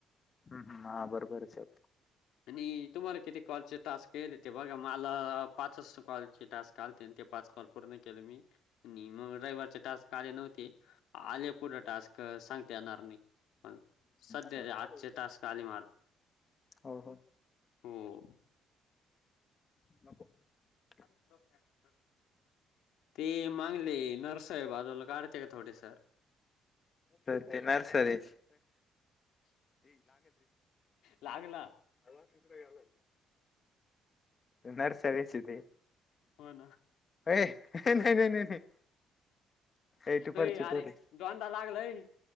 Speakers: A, on the left; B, on the left.
A: हम्म हम्म हा बरोबर स
B: आणि तुम्हाला किती कॉलचे टास्क केल ते बघा. मला पाच कॉल टास आलते ते पाच कॉल पूर्ण केले मी आणि मग ड्रायव्हरच्या टास्क आले नव्हते आले पुढे टास्क सांगते येणार नाही. पण सध्या
A: सर
B: र आजचे टास्क आले माझे.
A: हो हो
B: हो.
A: <inaudible>
B: अ सर ते मागले नरसाहेब बाजूला काढते का थोडे सर.
A: सत्या नर्स दे
B: लागला.
A: य आला नर्स बेस ते
B: हो ना
A: अ नाही नाही नाही नाही एटी
B: अय
A: परसेंट
B: अरे
A: होते.
B: दोनदा लागला अय.